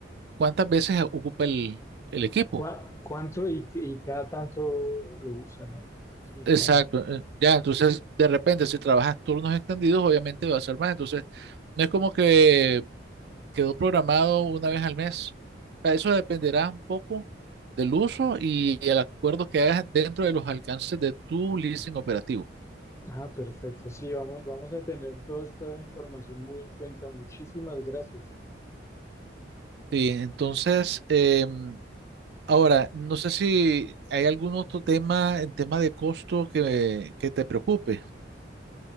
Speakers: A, on the right; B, on the left.
A: cuántas veces ocupa el, el equipo.
B: ¿Cuá- cuánto y, y cada tanto lo usa, ¿no? Sí,
A: Exacto,
B: claro.
A: eh, ya, entonces de repente si trabajas turnos extendidos, obviamente va a ser más, entonces no es como que quedó programado una vez al mes. Pa- Eso dependerá un poco del uso y el acuerdo que hagas dentro de los alcances de tu leasing operativo.
B: Ah, perfecto. Sí, vamos, vamos a tener toda esta información muy en cuenta. Muchísimas gracias.
A: Sí, entonces, em, ahora, no sé si hay algún otro tema en tema de costo que, que te preocupe.